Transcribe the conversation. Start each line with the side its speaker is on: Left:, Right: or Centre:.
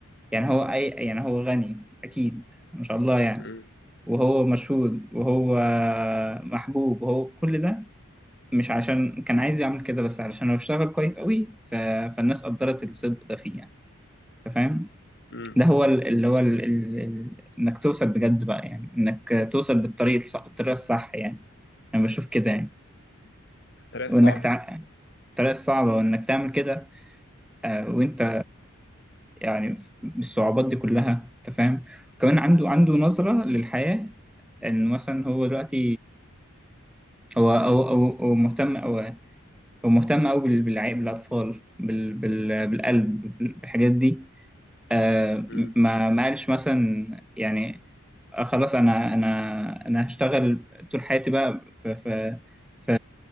Centre: يعني هو اي يعني هو غني اكيد ما شاء الله يعني
Left: امم
Centre: وهو مشهور وهو محبوب وهو كل ده مش عشان كان عايز يعمل كده بس علشان هو اشتغل كويس قوي ف... فالناس قدرت الصدق ده فيه يعني أنت فاهم
Left: امم
Centre: ده هو ال- اللي هو ال... ال... ال... انك توصل بجد بقى يعني انك توصل بالطريق الصح الطريقه الصح يعني انا بشوف كده يعني
Left: الطريقة الصعبة
Centre: وانك تع... الطريقه الصعبه وانك تعمل كده آه، وانت يعني الصعوبات دي كلها انت فاهم كمان عنده عنده نظرة للحياة ان مثلا هو دلوقتي هو او او او مهتم او هو مهتم قوي بالعيب بالاطفال بال بال بالقلب بالحاجات دي آه
Left: امم
Centre: ما ما قالش مثلا يعني آه خلاص انا انا انا هشتغل طول حياتي بقى ف ف ف